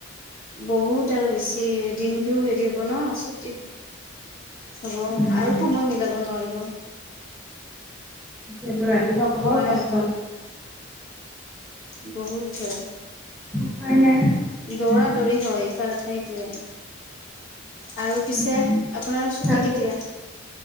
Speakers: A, on the left; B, in the centre.
A: বহুত আৰু বেছি দিনটো হেৰি হ'ব ন ছুটি হ'ব
B: উম,
A: আৰু সময় মিলাব নোৱাৰিব।
B: সটোটো ৰাতিপুৱা
A: হয়
B: বৰ কষ্ট
A: নে নহয় বহুত হ
B: উপায় নাই
A: দৌৰা
B: উম,
A: দৌৰি হয় ইফালে সেইটোৱে আৰু পিছে
B: উম,
A: আপোনাৰ ছুটি
B: তাৰপিছত
A: কেতিয়া